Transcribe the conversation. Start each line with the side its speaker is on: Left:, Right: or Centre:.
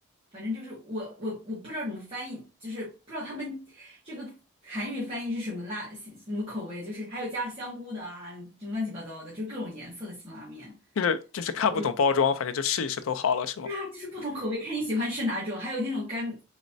Right: 反正就是我我我不知道怎么翻译，就是不知道他们这个韩语翻译是什么辣什么口味，就是还有加香菇的啊，什么乱七八糟的，就各种颜色的辛拉面。
Left: 就是就是看不懂包装，
Right: 我
Left: 反正就试一试都好了是吗？
Right: 对啊，就是不同口味，看你喜欢吃哪种，还有那种干。